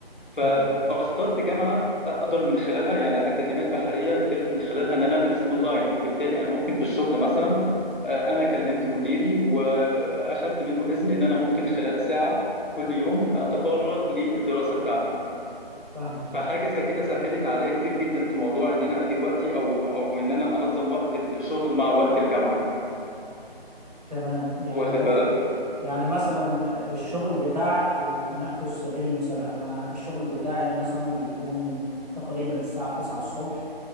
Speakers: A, on the left (about 55°); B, on the right (about 40°).
A: ف-
B: فاهم
A: فاخترت جامعه اقدر من خلالها يعني الاكاديميه البحريه قدرت من خلالها ان انا ادرس اونلاين وبالتالي انا ممكن في الشغل مثلا آه، انا كلمت مديري واخدت منه اذن ان انا ممكن خلال ساعه كل يوم اتفرغ للدراسه بتاعتي
B: فاهمك
A: فحاجه
B: فاهم
A: زي كده سهلت عليا كتير جدا في موضوع ان انا ادير وقتي او او ان انا انظم وقت الشغل مع وقت الجامعه
B: تمام يعني
A: واخد
B: مثلا
A: بالك
B: يعني مثلا آه، الشغل بتاعك نأخذ سبيل المثال انا الشغل بتاعي مثلا بيكون تقريبا الساعة 9 الصبح